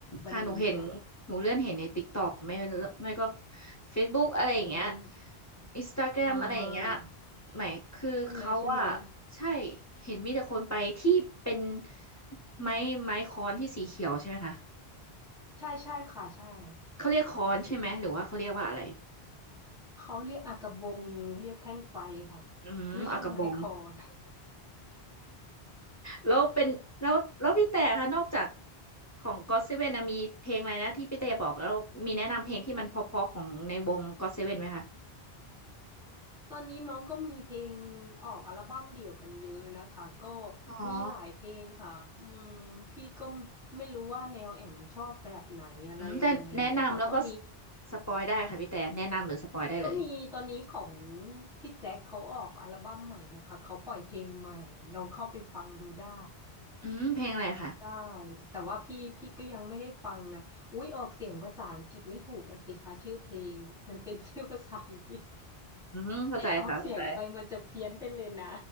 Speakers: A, in the centre; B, on the left.
A: วันนี้ค่ะ
B: ค่ะหนูเห็นหนูเลื่อนเห็นในติ๊กต็อกไม่ไม่ก็เฟซบุ๊กอะไรอย่างเงี้ย
A: อืม
B: อินสตาแกรมอะไรอย่างเงี้ย
A: อ่า
B: หมายคือเขาอะ
A: ใช่ไหมใช่ไหม
B: ใช่เห็นมีแต่คนไปที่เป็นไม้ไม้ค้อนที่สีเขียวใช่ไหมคะ
A: ใช่ใช่ค่ะใช่
B: เขาเรียกค้อนใช่ไหมหรือว่าเขาเรียกว่าอะไร
A: เขาเรียกอากะบงเรียกแท่งไฟค่ะ
B: อืมเอากระบอง
A: ไม่ใช่ไม้คอน
B: แล้วเป็นแล้วแล้วพี่แต่คะนอกจากของ g o ว่นนะมีเพลงอะไรนะที่พี่แต่บอกแล้วมีแนะนำเพลงที่มันเพราะๆของในวง g o ่นไหมคะ
A: <laughs> ตอนนี้น้องก็มีเพลงออกอัลบั้มเดี่ยวกันเยอะนะคะก็
B: อ๋อ
A: มีหลายเพลงค่ะอืมพี่ก็ไม่รู้ว่าแนวแอมชอบแบบไหนอะไรยังไงอย่างเงี้ยค่ะก็มี
B: อืมแต่แนะนำแล้วก็สปอยได้ค่ะพี่แต่แนะนำหรือสปอยได้เลย
A: ก็มีตอนนี้ของพี่แจ็คเขาออกอัลบั้มใหม่นะคะเขาปล่อยเพลงใหม่ลองเข้าไปฟังดูได้
B: อืมเพลงอะไรค่ะ
A: ได้แต่ว่าพี่พี่ก็ยังไม่ได้ฟังนะอุ๊ยออกเสียงภาษาอังกฤษไม่ถูกอะสิคะชื่อเพลงมันเป็น <laughs> ชื่อภาษาอังกฤษ
B: อืมเข้าใจค่ะเข้าใจ
A: ออกเสียงไปมันจะเพี้ยนไปเลยนะ